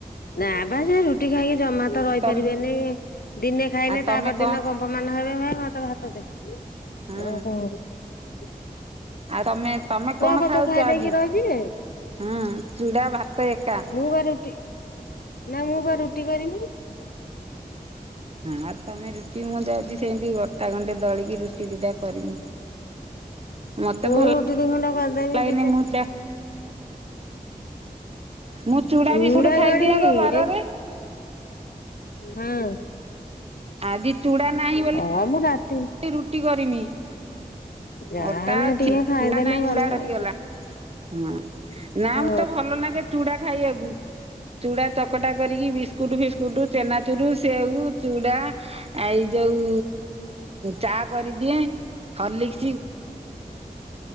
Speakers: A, on the left; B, on the right.
A: ନାବା ଯ ରୁଟି ଖାଇକି ଜମା <unintelligible>
B: ତମେ ଆଉ ତମେ କଣ ହଁ
A: ଓ କ? <unintelligible>
B: ଆଉ ତମେ ତମେ କଣ
A: ପଛେ
B: ଖାଉଛ
A: ଖାଇ
B: ଆଜି?
A: ଦେଇକି ରହିଯିବେ
B: ହୁଁ ଚୁଡ଼ା ଭାତ ଏକା
A: ମୁଁ ବା ରୁଟି ନା ମୁଁପା ରୁଟିକରିମି।
B: ହଁ ତମେ ରୁଟି, ମୁଁ ଯାଉଛି ସେମତି ଅଟା ଗଣ୍ଡେ ଦଳିକି ରୁଟି ଦିଟା କରିମି। ମତେ
A: ମୁଁ
B: ଭଲ,
A: ରୁଟି ଦି ଖଣ୍ଡ କରିଦେମି
B: ଭଲ ଲାଗନି
A: ଦିଟା
B: ମୁଁ ମୁଁ ଚୁଡ଼ା
A: ଚୁଡା
B: ବିସ୍କୁଟୁ ଖାଇଦିଅ
A: କଣ କି
B: ବାରରେ
A: ଏ ହଁ
B: ଆଦି ଚୁଡ଼ା ନାହିଁ ବୋଲି
A: ହଁ ମୁଁ ରାତି
B: ରୁଟି କରିମି।
A: ଯାହାନେ
B: ଅଟା ଅଛି,
A: ଟିକେ ଖାଇଦେଲେ
B: ଚୂଡା ନାହିଁ, ଚୁଡା
A: ଭଲ
B: ସରିଗଲା।
A: ଆଉ।
B: ହଁ ନା
A: ହଁ
B: ମତେ ଭଲ ଲାଗେ ଚୁଡା ଖାଇବାକୁ। ଚୁଡା ଚକଟା କରିକି ବିସ୍କୁଟ ଫିସ୍କୁଟ ଚେନା ଚୁରୁ ସେଉ ଚୁଡ଼ା ଏଇ ଯୋଉ ଚା କରିଦିଏ ହଲିକ୍ସି